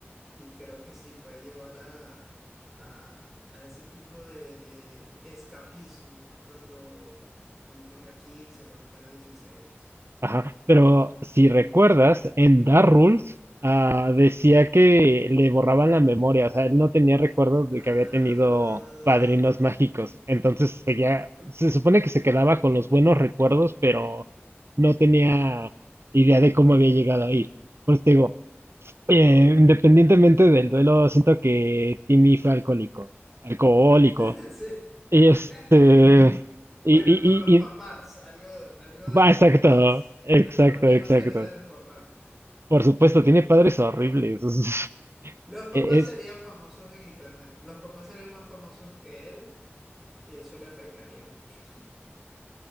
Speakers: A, in the centre; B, on the right.
A: Y creo que sí, puede llevar a, a, a ese tipo de, de escapismo cuando, cuando tenga quince cuando tenga dieciséis
B: Ajá, pero si recuerdas, en Dark Rules ah, decía que le borraban la memoria, o sea, él no tenía recuerdos
A: Ah,
B: de que había tenido padrinos mágicos, entonces seguía, se supone que se quedaba con los buenos recuerdos, pero no tenía idea de cómo había llegado ahí. Por eso te digo, eh, independientemente del duelo, siento que Timmy fue alcohólico, alcohólico,
A: <laughs> sí. <laughs>
B: este,
A: Bueno,
B: y, y,
A: por los
B: y,
A: papás,
B: y-
A: algo, algo
B: va,
A: de los
B: exacto,
A: papás.
B: exacto,
A: El problema
B: exacto.
A: sería de los papás.
B: Por supuesto, tiene padres horribles. <laughs>
A: Los papás
B: Es,
A: serían famosos en internet. Los papás serían más famosos que él y eso le afectaría mucho.